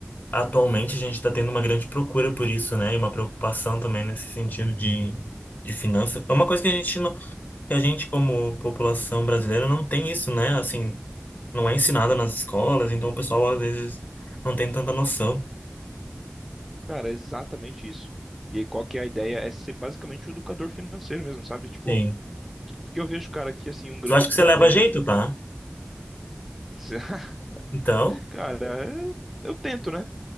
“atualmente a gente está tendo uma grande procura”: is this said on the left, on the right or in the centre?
Left